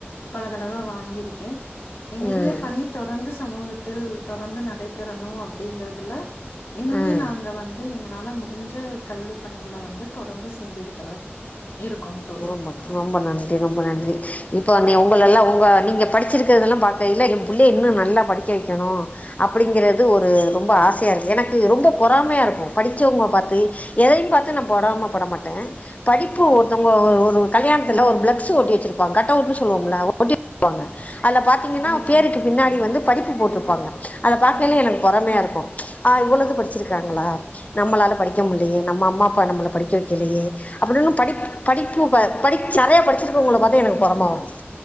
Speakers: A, on the left; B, on the left.
A: பல தடவ வாங்கி ரிக்கே எங்களுடைய
B: ம்
A: பணி தொடர்ந்து சமூகத்தில் தொடர்ந்து நடைபெறணு அப்படிங்கறதுல இன்னுமே
B: ம்
A: நாங்க வந்து எங்கனால முடிஞ்ச கல்வி பணிகள வந்து தொடர்ந்து செஞ்சுகிட்டுதான் இருக்கோம் தோழி
B: <inaudible> ரொம்ப நன்றி ரொம்ப நன்றி இப்போ அந்தே உங்களெல்லா உங்க நீங்கள் படிச்சிருக்கதெல்லா பாக்கயில்ல என் புள்ளைய இன்னு நல்லா படிக்க வெக்கணு அப்படிங்கிறது ஒரு ரொம்ப ஆசையா இருக்கு எனக்கு ரொம்ப பொறாமையாருக்கு படிச்சவங்க பாத்து எதையு பாத்து நா பொறாம பட மாட்டே படிப்பு ஒருத்தவங்க ஒ ஒரு கல்யாணத்துல ஒரு ஃபிளக்ஸு ஒட்டி வெச்சிருப்பாங்க கட் அவுடன்னு சொல்லுவோம்ல ஓட்டி <inaudible> வாங்க அதுல் பாத்தீங்கன்னா
A: நிச்சயமா
B: பேருக்கு
A: நிச்சயமா
B: பின்னாடி வந்து படிப்பு போட்டு ப்பாங்க அத பார்த் வெளியே எனக்கு பொறாமையாருக்கு
A: ம்
B: ஆ இவ்ளோது படிச்சிருக்காங்களா நம்மளால்ல படிக்க முல்லையே நம்ம அம்மா அப்பா நம்பள படிக்க வெக்கலையே அப்புடின்னு படிப் படிப்பு ப-படிச் நறைய படிச்சிருக்கறவங்கள பாத்து எனக்கு பொறமா வரு